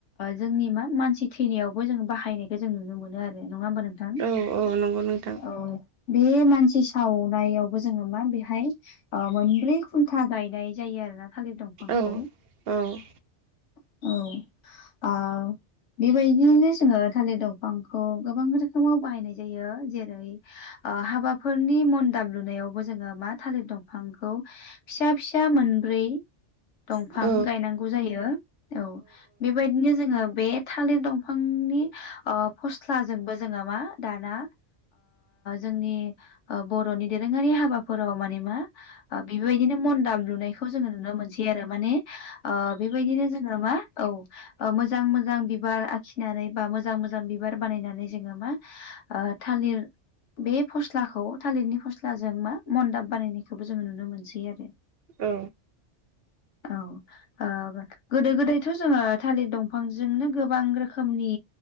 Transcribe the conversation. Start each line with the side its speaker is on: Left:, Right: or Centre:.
Left: जोंनि मा मानसि थैनायावबो जों बाहायनायखौ जों नुनो मोनो आरो नङा होमबा नोंथां
Right: औ औ नंगौ नोंथां।
Left: औ बे मानसि सावनायावबो जोङो मा बेहाय मोनब्रै खुलथा गायनाय जायो आरोोना थालिर दंफांखौ
Right: औ औ
Left: औ आ बेबायदियनो जोङो थालिर दंफांखौ गोबां रोखोमाव बाहायनाय जायो जेरै हाबाफोरनि मन दामलुनायावबो जोङो मा थालिर दंफांखौ फिसा फिसा मोनब्रै दंफां
Right: औ
Left: गायनांगौ जायो औ बेबायदि बिदिनो जोङो बे थालिर दंफांनि फस्लाजोंबो जोङो मा दाना जोंनि बर'नि दोरोङारि हाबाफोराव माने मा बेबायदिनो मन दाम लुनायखौ जोङो नुनो मोनसै आरो माने बेबायदिनो जों औ मोजां मोजां बिबार आखिनानै बा मोजां मोजां बिबार बानायनानै जोङो मा आ थालिर बे फस्लाखौ थालिरनि फस्लाजों मा मन्दाब बानायनायखौबो जोङो नुनो मोनसै आरो
Right: औ
Left: औ आ गोदो गोदायथ' जोङो थालिर दंफांजोंनो गोबां रोखोमनि